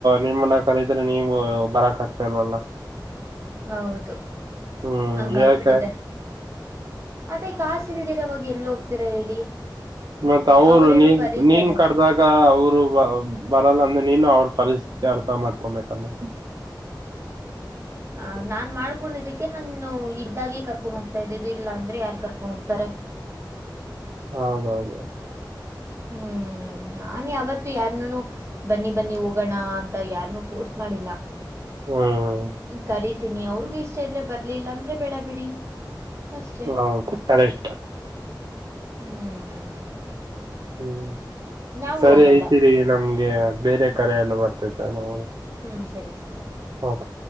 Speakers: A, on the right; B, on the right.
A: ನಿಮ್ಮನ್ನ ಕರತ ಇದ್ರೆ ನೀವು ಬರಕ್ ಆಗ್ತಾ ಇಲ್ವಲ್ಲ
B: ಹೌದು
A: ಹ್ಮ್
B: ನಂಗಲ್ಬಿಟ್ಟಿದೆೆ
A: ಯಾಕೆ
B: ಅದೇ ಕಾಸ ಇಲ್ದಿರ ಅವಾಗ ಎಲ್ ಹೋಗ್ತಿೀರಾ ಹೇಳಿ
A: ಮತ್ತ ಅವರು
B: ಅವ್ರೇನೋ
A: ನೀನ್
B: ಕರೀತಾರೆ
A: ನೀನ್ ಕಡ್ದಾಗ ಅವರು ಬರಲ್ಲ ಅಂದ್ರೆ ನೀನು ಅವರು ತಲಸ ಚಾರ್ಪ ಮಾಡ್ಕೊಂಬತಲ್ಲ
B: ಆ ನಾನ್ ಮಾಡ್ಕೊಂಡಿದ್ದಕ್ಕೆ ನಾನು ಇದ್ದಾಗೆ ಕರ್ಕೊಂಡ್ ಹೋಗ್ತಾ ಇದ್ದದು ಇಲ್ಲಾ ಅಂದ್ರೆ ಯಾರ್ು ಕರ್ಕೊಂಡ್ ಹೋಗ್ತಾರೆ ಹ
A: ಹೌದೌದು
B: ಹ್ಮ್ ನಾನನ್ ಅವಾವತ್ತು ಯಾರೂನು ಬನ್ನಿ ಬನ್ನಿ ಹೋಗೋಣ ಅಂತ ಯಾರನುೂ ಫೋರ್ಸ್ ಮಾಡಿಲ್ಲ
A: ಹ್ಮ್
B: ಕರಿತೀನಿ ಅವ್ರಗ ಇಷ್ಟ ಇದ್ರೆ ಬರ್ಲಿಲ್ಲಾಂದ್ರೆ ಬೇಡ ಬಿಡಿ ಅಷ್ಟೆ
A: ಹೌದು ಅ ಇಷ್ಟ
B: ಹ್ಮ್
A: ಹ್ಮ್
B: ನಾವು
A: ಸರಿ
B: ಹೋಗಲ್ಲ
A: ಐತಿೀರಿ ನಮ್ಗೆ ಬೇರೆ ಕರ ಎಲ್ಲ ಬರ್ತೈತ ನೋ
B: ಹ್ಮ್ ಸರಿ ಸರಿ
A: ಹೌದು